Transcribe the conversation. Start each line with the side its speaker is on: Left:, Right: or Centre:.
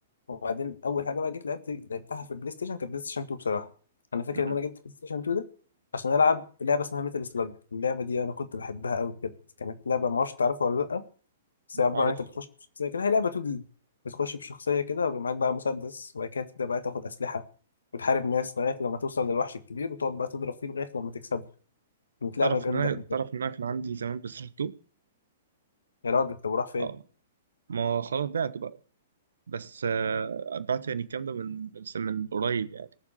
Left: وبعدين اول حاجه بقى جيت لعبت لعبتها في البلاي ستيشن كانت بلاي ستيشن 2 بصراحه انا فاكر
Right: مم.
Left: ان انا جبت بلاي ستيشن 2 ده عشان العب لعبه اسمها ميتال سلاج اللعبه دي انا كنت بحبها قوي كده كانت لعبه ما اعرفش تعرفها ولا لا بس هي عباره
Right: عارف
Left: عن انت بتخش بشخصيه كده هي لعبه 2 دي بتخش بشخصيه كده ويبقى معاك بقى مسدس وبعد كده تبدا بقى تاخد اسلحه وتحارب ناس لغايه لما توصل للوحش الكبير وتقعد بقى تضرب فيه لغايه لما تكسبه كانت لعبه
Right: تعرف
Left: جامده
Right: ان انا
Left: قوي
Right: تعرف ان انا كان عندي زمان بلاي ستيشن 2
Left: يا راجل طب وراح فين؟
Right: اه ما خلاص بعته بقى بس آه، بعته يعني الكلام ده من من قريب يعني